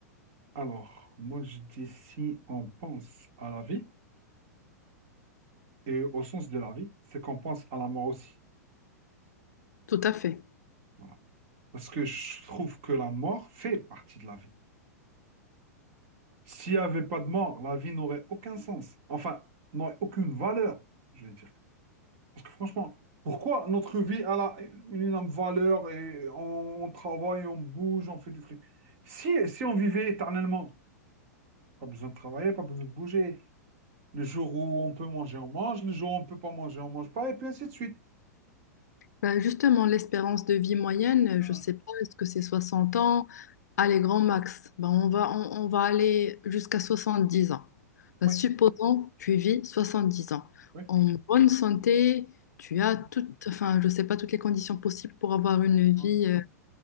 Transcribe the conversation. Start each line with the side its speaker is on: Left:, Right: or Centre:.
Right: Alors, moi je dis si on pense à la vie, et au sens de la vie, c'est qu'on pense à la mort aussi.
Left: Tout à fait.
Right: Voilà. Parce que je trouve que la mort fait partie de la vie. S'il n'y avait pas de mort, la vie n'aurait aucun sens. Enfin, n'aurait aucune valeur, je vais dire. Parce que franchement, pourquoi notre vie elle a une énorme valeur et on, on travaille, on bouge, on fait des trucs. Si, si on vivait éternellement, pas besoin de travailler, pas besoin de bouger. Le jour où on peut manger, on mange. Le jour où on ne peut pas manger, on ne mange pas. Et puis ainsi de suite.
Left: Ben, justement, l'espérance de vie moyenne,
Right: Ah,
Left: je sais pas, est-ce que c'est 60 ans? Allez, grand max. Ben, on va, on, on va aller jusqu'à 70 ans. Ben,
Right: oui,
Left: supposons, tu vis 70 ans.
Right: oui.
Left: En bonne santé, tu as
Right: Mhm.
Left: toutes, enfin, je sais pas, toutes les conditions possibles pour avoir une vie
Right: Ah,
Left: euh,